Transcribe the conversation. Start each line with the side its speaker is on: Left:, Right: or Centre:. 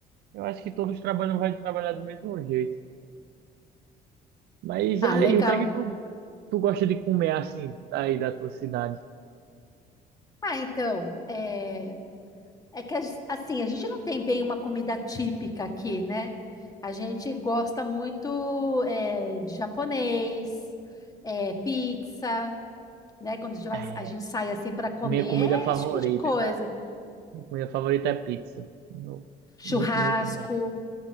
Right: Eu acho que todos trabalham, vai trabalhar do mesmo jeito. Mas
Left: Ah,
Right: aí,
Left: legal.
Right: o que é que tu, tu gosta de comer assim, aí da tua cidade?
Left: Ah, então, é. É que as- assim, a gente não tem bem uma comida típica aqui, né? A gente gosta muito é, de japonês, é, pizza, né? Quando a gente vai-
Right: É,
Left: a gente sai assim para comer,
Right: minha comida
Left: é
Right: favorita,
Left: esse tipo de coisa.
Right: cara. Minha comida favorita é pizza. No-
Left: Churrasco.
Right: Muito, muito bom.